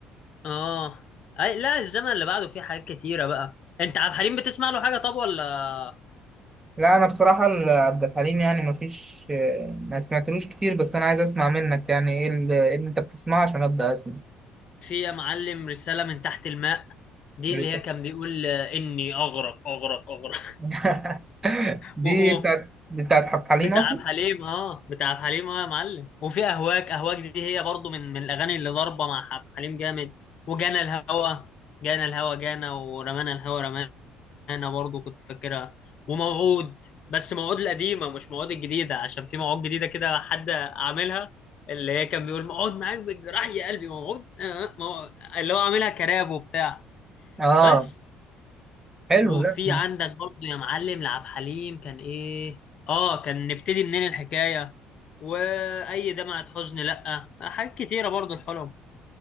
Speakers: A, on the left; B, on the right.
A: اه أي... لا الزمن اللي بعده فيه حاجات كتيرة بقى انت عبد الحليم بتسمع له حاجة طب ولا
B: لا انا بصراحه ال- عبد الحليم يعني ما فيش ما سمعتلوش كتير بس انا عايز اسمع منك يعني ايه ال- إيه اللي انت بتسمعه عشان ابدا اسمع
A: في يا معلم رسالة من تحت الماء دي
B: لسه.
A: اللي هي كان بيقول آه، اني اغرق اغرق اغرق
B: <laughs>
A: <laughs>
B: دي
A: و... و...
B: بتاعت دي بتاعت عبد الحليم
A: بتاع
B: اصلا
A: عبد الحليم اه بتاع عبد الحليم اه يا معلم وفي اهواك اهواك دي هي برضو من من الاغاني اللي ضاربة مع عبد الحليم جامد وجانا الهوى جانا الهوى جانا ورمانا الهوى رمانا انا برضو كنت فاكرها وموعود بس موعود القديمه مش موعود الجديده عشان في موعود جديده كده حد عاملها اللي هي كان بيقول موعود معاك بالجراح يا قلبي موعود آه، موعود اللي هو عاملها كراب وبتاع
B: اه
A: بس
B: حلو
A: وفي
B: لا
A: عندك برضو يا معلم لعب حليم كان ايه اه كان نبتدي منين الحكايه واي دمعة حزن لا حاجات كتيره برضو الحلم